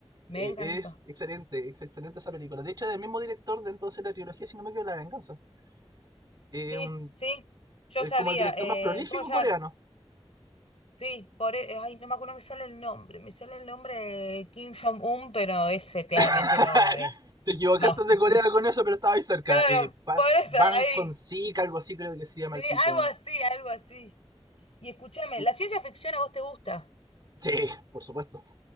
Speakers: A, on the left (about 75°); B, on the right (about 40°).
A: Me encantó.
B: eh, es excelente, es excelente esa película. De hecho, es del mismo director de entonces la trilogía, si no me equivoco, La Venganza. Eh,
A: Sí,
B: un,
A: sí, yo
B: es
A: sabía.
B: como el director
A: Eh,
B: más prolífico
A: ¿cómo se
B: coreano.
A: llama? Sí, por, e- ay, no me acuerdo, no me sale el nombre. Me sale el nombre de Kim Jong-un, pero ese claramente
B: <laughs>
A: no es.
B: Te equivocaste
A: No.
B: de
A: <laughs>
B: Corea con eso, pero estaba ahí cerca.
A: Claro,
B: Eh, Ban,
A: por eso,
B: Ban
A: ahí.
B: Hong-sik, algo así creo que se llama
A: Sí,
B: el tipo.
A: algo así, algo así. Y escúchame,
B: Y-
A: ¿la ciencia ficción a vos te gusta?
B: sí, por supuesto.